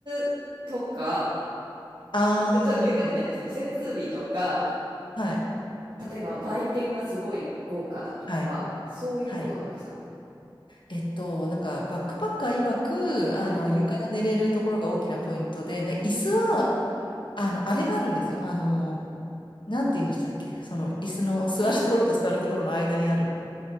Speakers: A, on the right; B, on the left.
A: 子とか、
B: あ
A: ちょちょっと言い方変ですね。設備とか、
B: あ、はい。
A: 例えば売店がすごい豪華だとか、
B: はい。
A: そういうことなんですかね。
B: はい。えっと、なんか、バックパッカー曰く、
A: はい。
B: あの、床で寝れるところが大きなポイントで、ね、
A: うんうん。
B: 椅子は、
A: はい。
B: あの、あれがあるんですよ。あの、なんて言うんでしたっけその、椅子の座るところと座るところの間にある、
A: り